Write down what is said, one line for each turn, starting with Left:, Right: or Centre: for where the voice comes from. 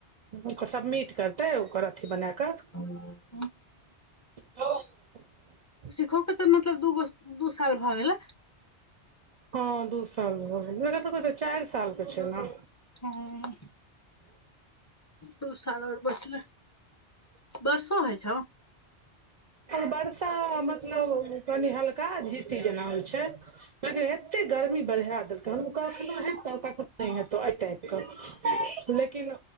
Right: ओ सब समिट करतै ओकर अथी बना कऽ
Left: ह <unintelligible>
Right: ह <unintelligible> <unintelligible>
Left: शिखो तऽ मतलब दूगो दू साल भऽ गेलाय
Right: हँ दू चालू भऽ गेलए एकर सबके चारि साल के छै न
Left: हूँ दू साल और बचलै वर्षा होइ छौ
Right: और वर्षा मतलब कनि हल्का झीती जेना होई छै लेकिन एते गर्मी बढ़ा देलकै हन ओ कखनो हेतै कखनो नहि हं तो एहि टाईपके लेकिन